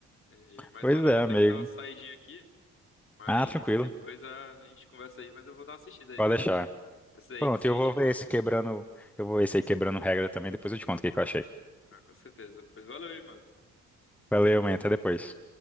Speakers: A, on the left; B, in the centre.
A: entendi. Mas,
B: Pois
A: mano, eu
B: é,
A: vou ter
B: amigo.
A: que dar uma saidinha aqui. Mas
B: Ah, tranquilo.
A: depois a, a gente conversa aí, mas eu vou dar uma assistida aí
B: Pode
A: nesse,
B: deixar.
A: nesse aí
B: Pronto,
A: que você
B: eu vou
A: indicou.
B: ver esse quebrando. Eu vou ver esse aí quebrando regra também. Depois eu te conto o que que eu achei.
A: Ah, com certeza. Pois valeu aí, mano.
B: Valeu, man. Até depois.